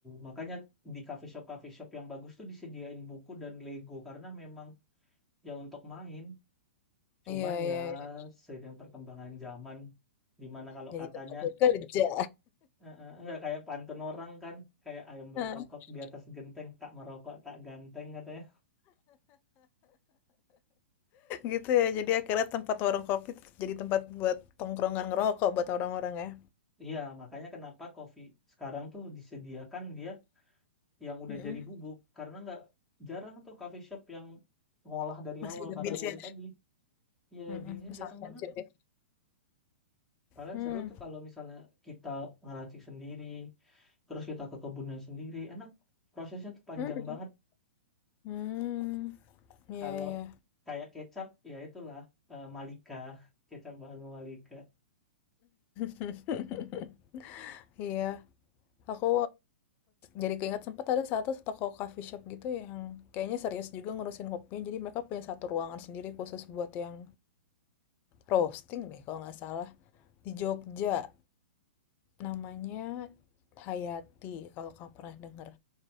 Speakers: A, in the centre; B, on the left (about 30°).
A: Makanya di cafe shop cafe shop yang bagus tuh disediain buku dan Lego karena memang ya untuk main. Cuman
B: Iya, iya,
A: ya
B: iya.
A: seiring perkembangan zaman dimana kalau
B: Jadi
A: katanya
B: tempat buat kerja.
A: eh, eh, enggak kayak pantun orang kan kayak ayam berkokok
B: <laughs>
A: di atas genteng tak merokok tak ganteng katanya.
B: Gitu ya. Jadi akhirnya tempat warung kopi tetap jadi tempat buat tongkrongan ngerokok buat orang-orang ya.
A: Iya, makanya kenapa kopi sekarang tuh disediakan dia yang udah
B: Mhm.
A: jadi bubuk karena nggak jarang tuh coffee shop yang ngolah dari
B: Masih
A: awal
B: ada
A: karena
B: bins
A: itu
B: ya.
A: tadi ya
B: Mhm.
A: beansnya
B: Sangat
A: jarang
B: sensitif.
A: banget. Kalian
B: Hmm.
A: seru tuh kalau misalnya kita ngeracik sendiri, terus kita ke kebunnya sendiri, enak. Prosesnya tuh panjang
B: Hmm.
A: banget
B: Hmm. Iya,
A: Kalau
B: iya.
A: kayak kecap, ya itulah eh, Malika, kecap bahan Malika.
B: <laughs> Iya. Aku jadi keinget sempat ada satu toko coffee shop gitu yang kayaknya serius juga ngurusin kopinya. Jadi mereka punya satu ruangan sendiri khusus buat yang roasting deh kalau nggak salah. Di Jogja namanya Hayati kalau kamu pernah denger.